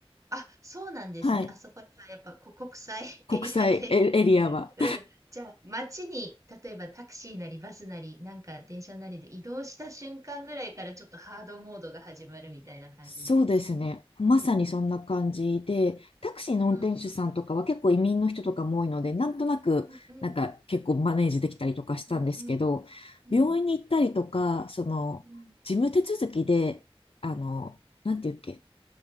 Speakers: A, on the right; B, on the left.
A: あ、そうなんですね。
B: はい。
A: あそこにはやっぱこ <laughs> 国際エリアで
B: 国際エ、エリアは。
A: <laughs> うん。じゃあ、街に、例えばタクシーなりバスなり、なんか電車なりで移動した瞬間ぐらいからちょっとハードモードが始まるみたいな感じなんですかね。
B: そうですね。まさにそんな感じで、タクシーの運転手さんとかは結構移民の人とかも多いので、
A: うんうん。うん。
B: なんとなく、
A: うんうん。
B: なんか結構マネージできたりとかしたんですけど、
A: うんうん。うん
B: 病院に行ったりとか、その、
A: うん
B: 事務手続きで、あの、なんていうっけ、